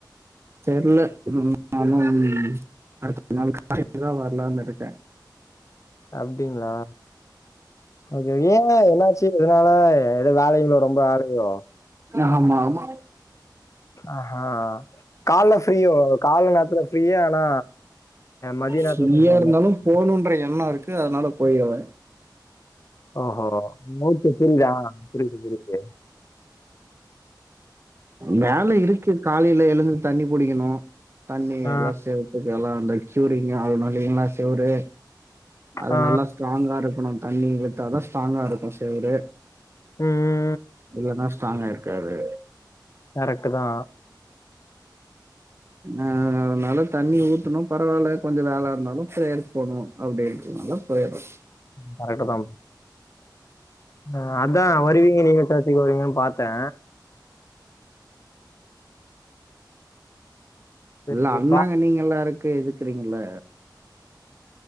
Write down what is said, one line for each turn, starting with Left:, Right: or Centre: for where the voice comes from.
Right: தெர்ல நானு அடுத்த நாள் காலலதா வர்லானு இருக்க
Left: அப்டிங்ளா ஓகேகே ஏ என்னாச்சு எதனால ஏதோ வேலயில ஒடம்பு அலயுதோ
Right: ஆமா ஆமா
Left: ஆஹா கால்ல ஃப்ரீயோ கால நேரத்துல ஃப்ரீயே ஆனா மதிய நேரத்துல
Right: ஃப்ரீயா
Left: கொஞ்சொ
Right: இருந்தாலும் போணுன்ற எண்ண இருக்கு அதனால போய்ருவே
Left: ஓஹோ <unintelligible> ப்ரீதா புரியுது புரியுது
Right: வேல இருக்கு காலயில எழுந்து தண்ணி புடிக்கணு தண்ணி
Left: ஆ,
Right: எல்லா சேத் ல்லாம் அந்த க்யூரிங் அது பாத்தீங்கனா செவுரு அது
Left: ஆ,
Right: நல்லா ஸ்ட்ராங்கா இருக்கணு தண்ணி விட்டாதா ஸ்ட்ராங்கா இருக்கு செவரு
Left: ம் ம்
Right: இல்லனா ஸ்ட்ராங்கா இருக்காது
Left: கரெக்டு தா
Right: ஆ நலத் தண்ணி ஊத்தணு பரவால்ல கொஞ்ச வேல இருந்தாலு பிரேயர் போகணும் அப்படின்றதுனால போயறது
Left: கரெக்டு தா அ அதா வருவீங்க நீங்க சர்சுக்கு வருவீங்கன்னு பாத்தே சரிப்பா
Right: இல்ல அண்ணாங்க நீங்க எல்லா இருக்க எதுக் இருக்கறீங்கல